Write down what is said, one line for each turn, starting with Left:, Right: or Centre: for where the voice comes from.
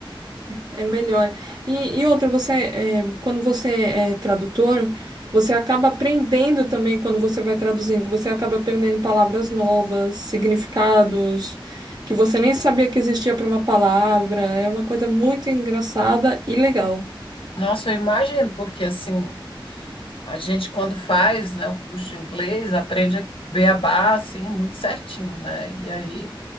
Right: É melhor. E, e outra, você, é, quando você é tradutor, você acaba aprendendo também quando você vai traduzindo. Você acaba aprendendo palavras novas, significados que você nem sabia que existia para uma palavra. É uma coisa muito engraçada e legal.
Left: Nossa, eu imagino, porque assim, a gente quando faz, né, o curso de inglês, aprende a beabá, assim, muito certinho, né? E aí,